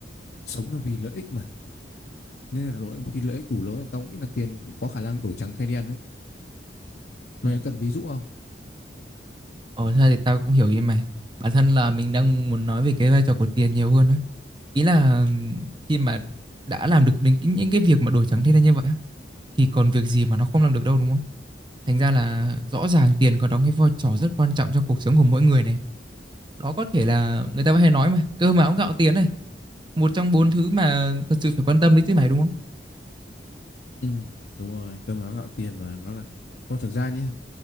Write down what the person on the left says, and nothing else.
sống là vì lợi ích mà nên là lỗi khi lợi ích đủ lớn là tao nghĩ là tiền cũng có khả năng đổi trắng thay đen đấy mày
cần ví dụ không
Ừ, đúng rồi, cơm áo gạo tiền mà nó là Nó thực ra nhé